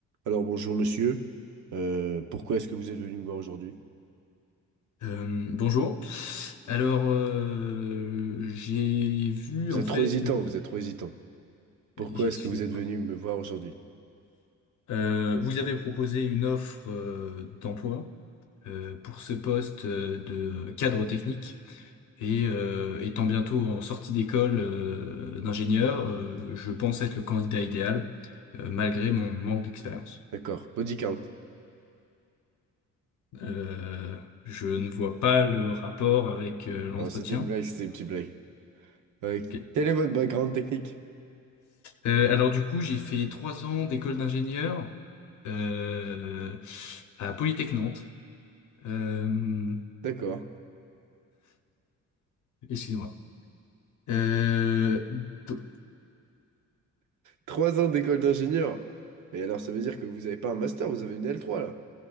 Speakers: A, on the right (about 75°); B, on the left (about 70°).
A: Alors bonjour monsieur, Euh, pourquoi est-ce que vous êtes venu me voir aujourd'hui?
B: Euh, bonjour. Alors, euh, j'ai vu
A: Vous
B: en
A: êtes
B: fait,
A: trop hésitant, vous êtes trop hésitant. Pourquoi
B: excusez-moi,
A: est-ce que vous êtes venu me voir aujourd'hui?
B: Euh, vous avez proposé une offre euh, d'emploi euh, pour ce poste euh, de cadre technique et euh, étant bientôt en sortie d'école euh, d'ingénieur, euh, je pense être le candidat idéal euh, malgré mon manque d'expérience.
A: D'accord, body count.
B: Euh, je ne vois pas le rapport avec euh, l'entretien.
A: Non, c'était une blague, c'était une petite blague. Euh,
B: Ok.
A: quel est votre background technique?
B: Euh, alors du coup, j'ai fait trois ans d'école d'ingénieur euh, à Polytech Nantes. Euh,
A: D'accord.
B: excusez-moi. Euh, do-
A: Trois ans d'école d'ingénieur. Mais alors ça veut dire que vous n'avez pas un master, vous avez une l trois là.